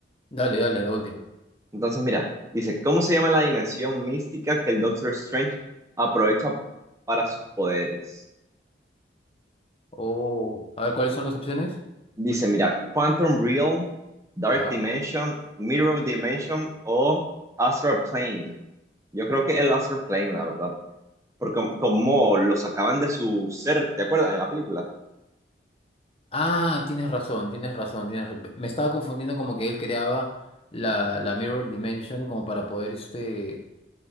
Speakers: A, on the left; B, on the right.
A: dale, dale, la última.
B: Entonces, mira, dice, ¿cómo se llama la dimensión mística que el Doctor Strange aprovecha para sus poderes?
A: Oh, a ver, ¿cuáles son las opciones?
B: Dice, mira, Quantum Realm, Dark
A: Ya.
B: Dimension, Mirror Dimension o Astral Plane. Yo creo que el Astral Plane, la verdad, porque como, como lo sacaban de su ser, ¿te acuerdas? En la película.
A: Ah, tienes razón, tienes razón, tienes ra- Me estaba confundiendo como que él creaba la, la Mirror Dimension como para poder, este,